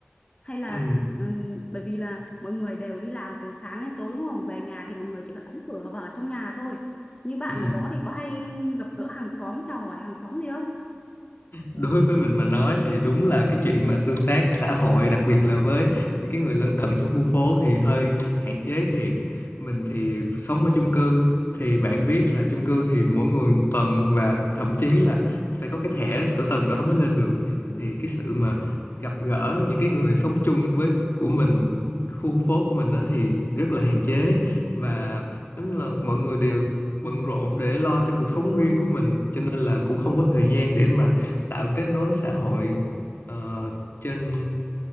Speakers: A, on the left; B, on the left.
A: hay là
B: ừ
A: ừm, bởi vì là mọi người đều đi làm từ sáng đến tối đúng không về nhà thì mọi người chỉ cần đóng cửa vào trong nhà thôi như bạn
B: ừ
A: ở đó thì có hay gặp gỡ hàng xóm chào hỏi hàng xóm gì không
B: đối với mình mà nói thì đúng là cái chuyện mà tương tác xã hội đặc biệt là với những cái người lân cận trong khu phố thì hơi hạn chế thiệt mình thì sống ở chung cư thì bạn biết là chung cư thì mỗi người một tầng và thậm chí là phải có cái thẻ của tầng đó mới lên được
A: Ừ.
B: thì cái sự mà gặp gỡ những cái người sống chung với của mình khu phố của mình đó thì rất là hạn chế và giống như là mọi người đều bận rộn để lo cho cuộc sống riêng của mình cho nên là cũng không có thời gian để mà tạo kết nối xã hội ờ, trên